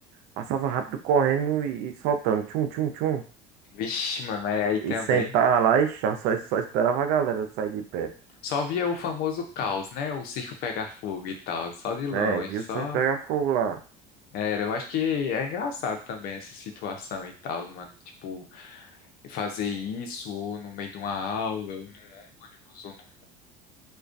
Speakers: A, on the right; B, on the left.
A: Passava rápido correndo e, e soltando. Tchum, tchum, tchum.
B: Vixe, mano, mas aí
A: E
B: também.
A: sentar lá e chá, só, só esperava a galera sair de pé.
B: Só via o famoso caos, né? O circo pegar fogo e tal, só de longe,
A: É, viu?
B: só.
A: Você pega fogo lá.
B: Era, eu acho que é engraçado também essa situação e tal, mano. Tipo, fazer isso ou no meio de uma aula, ou num ônibus, ou num